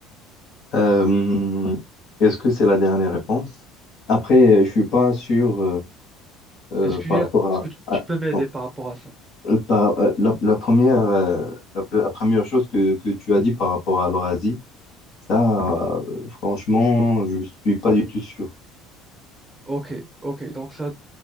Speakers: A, on the left; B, in the centre.
A: Euh, est-ce que c'est la dernière réponse? Après, euh, je suis pas sûr euh, euh,
B: Est-ce qu'il
A: par
B: y a,
A: rapport
B: est-ce
A: à,
B: que tu
A: à-
B: peux m'aider
A: oh,
B: par rapport à ça?
A: euh, par, euh, la, la première, euh, la, la première chose que, que tu as dit par rapport à l'Eurasie. Ça, euh, franchement, je suis pas du tout sûr.
B: Ok, ok, donc ça,